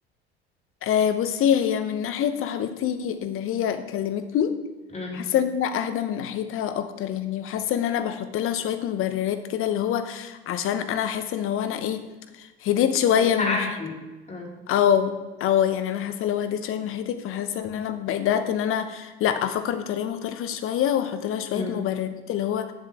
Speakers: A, on the left (about 40°); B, on the left (about 20°).
A: آه بصي هي من ناحية صاحبتي اللي هي كلمتني
B: امم
A: حاسة ان انا اهدى من ناحيتها اكتر يعني وحاسة ان انا بحط لها شوية مبررات كده اللي هو عشان انا احس ان هو انا ايه هديت شوية
B: انت عدي
A: من ناحيتك
B: امم
A: او او يعني انا حاسة لو هديت شوية من ناحيتك فحاسة ان انا بدأت ان انا لا افكر بطريقة مختلفة شوية واحط لها شوية
B: امم
A: مبررات اللي هو